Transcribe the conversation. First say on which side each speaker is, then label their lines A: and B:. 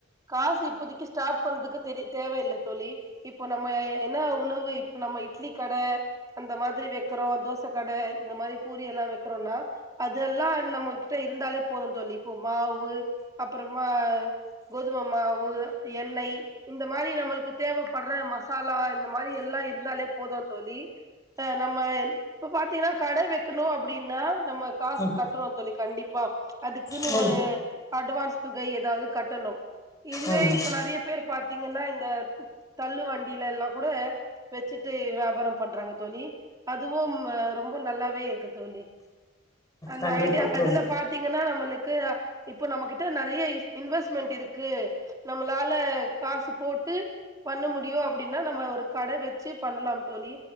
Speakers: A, on the right; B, on the left.
A: காசு இப்போதக்கு ஸ்டார்ட் பண்றதுக்கு தெரிய தேவையில்ல தோலி இப்போ நம்ம என்ன உணவு இப்ப நம்ம இட்லி கட அந்த மாதிரி வைக்கிறோ தோச கட இந்த மாரி பூரி எல்லா வைக்கிறோனா அதெல்லா நம்மகிட்ட இருந்தாலே போது தோழி இப்போ மாவு அப்பறமா கோதும மாவு எண்ணெய் இந்த மாரி நம்மளுக்கு தேவப்படுற மசாலா இந்த மாரி எல்லா இருந்தாலே போது தோலி ப நம்ம இப்ப பாத்தீங்கனா கட வெக்கணு அப்பிடீன்னா நம்ம காசு
B: ம்
A: கட்றோ தோழி கண்டிப்பா துக்குன்னு
B: சொல்லு
A: ஒரு அட்வான்ஸ் தொகை எதாவது கட்டணு இதுவே
B: ம்
A: இப்ப நா நிறைய பேர் பாத்தீங்கன்னா இந்த தள்ளு வண்டீல எல்லா கூட வச்சுட்டு வியாபாரம் பண்றாங்க தோழி அதுவும் ரொம்ப நல்லாவே இருக்கு தோலி அந்த
B: கண்டிப்பா
A: ஐடியா
B: தோழி
A: அதுல பாத் தீங்கனா நம்மளுக் கு இப்ப நம்மகிட்ட நெறைய இன்வெஸ்ட்மென்ட் இருக்கு நம்மளால காசு போட்டு பண்ண முடியு அப்டின்னா நம்ம ஒரு கட வச்சு பண்ணலாம் தோழி